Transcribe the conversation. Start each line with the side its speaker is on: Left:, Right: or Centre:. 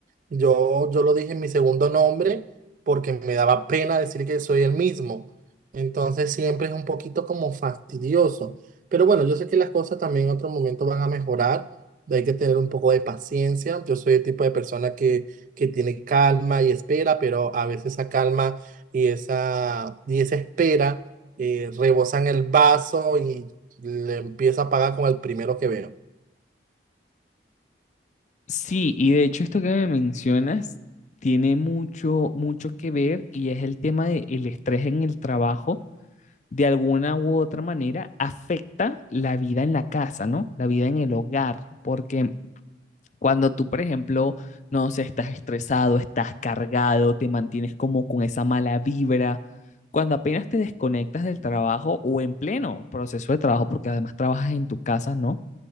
Right: Yo, yo lo dije en mi segundo nombre porque me daba pena decir que soy el mismo. Entonces siempre es un poquito como fastidioso. Pero bueno, yo sé que las cosas también en otro momento van a mejorar. Hay que tener un poco de paciencia. Yo soy el tipo de persona que, que tiene calma y espera, pero a veces esa calma y esa, y esa espera eh, rebosan el vaso y le empieza a pagar con el primero que veo.
Left: Sí, y de hecho esto que me mencionas tiene mucho, mucho que ver y es el tema del estrés en el trabajo, de alguna u otra manera afecta la vida en la casa, ¿no? La vida en el hogar, porque cuando tú, por ejemplo, no sé, estás estresado, estás cargado, te mantienes como con esa mala vibra, cuando apenas te desconectas del trabajo o en pleno proceso de trabajo, porque además trabajas en tu casa, ¿no?